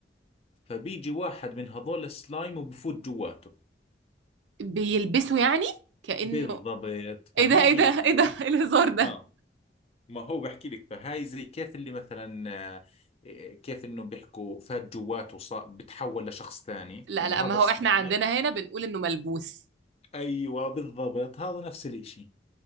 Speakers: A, on the left; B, on the right.
A: فبيجي واحد من هذول السلايم وبفوت جواته
B: بيلبسوا يعني كأنه
A: بالضبط فهي
B: ايه ده ايه ده
A: يعني
B: ايه ده <laughs> إيه الهزار ده
A: اه ما هو بحكي لك فهاي زي كيف اللي مثلا آه، آه، كيف انه بيحكوا فات جواته صار بتحول لشخص ثاني
B: لا
A: يعني
B: لا
A: هذا
B: ما هو
A: السلايم
B: احنا عندنا هنا بنقول انه ملبوس
A: ايوه بالضبط هذا نفس الاشي